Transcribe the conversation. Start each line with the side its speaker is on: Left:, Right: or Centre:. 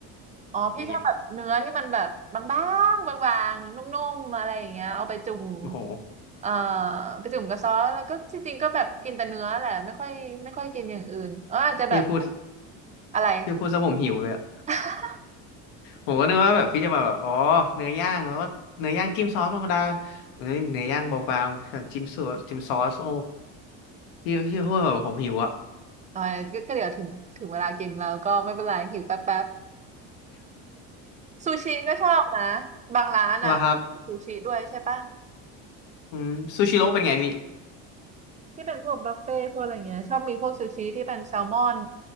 Right: อ๋อพี่ชอบแบบเนื้อที่มันแบบบา
Left: อย่างเงี้ย
Right: งๆบางๆนุ่มๆอะไรอย่างเงี้ยเอาไปจุ่ม
Left: โอ้โห
Right: เอ่อไปจุ่มกับซอสแล้วก็จริงๆก็แบบกินแต่เนื้อแหละไม่ค่อยไม่ค่อยกินอย่างอื่นเอออาจจะแบบ
Left: พี่พูด
Right: อะไร
Left: พี่พูดซะผมหิวเลยอะ
Right: <laughs>
Left: ผมก็นึกว่าแบบพี่จะมาแบบอ๋อเนื้อย่างแล้วก็เนื้อย่างจิ้มซอสธรรมดาเนื้อเนื้อย่างเบาๆจิ้มซอสจิ้มซอสโอ้พี่พี่พูดแบบผมหิวอะ
Right: เออยก็ก็เดี๋ยวถึงถึงเวลากินแล้วก็ไม่เป็นไรหิวแป๊บแป๊บ <laughs> ซูชิก็ชอบนะบางร้านอ่ะ
Left: แล้วครับ
Right: ซูชิด้วยใช่ปะ
Left: อืมซูชิโร่เป็นไงพี่
Right: ที่เป็นพวกบุฟเฟ่ต์พวกอะไรเงี้ยชอบมีพวกซูชิที่เป็นแซลมอน